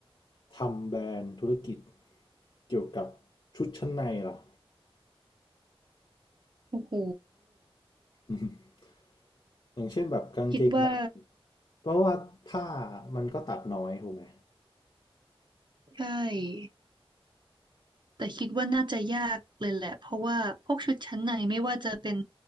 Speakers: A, on the left; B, on the right.
A: ทำแบรนด์ธุรกิจเกี่ยวกับชุดชั้นในล่ะ
B: โอ้โห
A: <laughs> อย่างเช่นแบบกางเกงใน
B: คิดว่า
A: เพราะว่าผ้ามันก็ตัดน้อยถูกไหม
B: ใช่ แต่คิดว่าน่าจะยากเลยแหละ เพราะว่าพวกชุดชั้นในไม่ว่าจะเป็น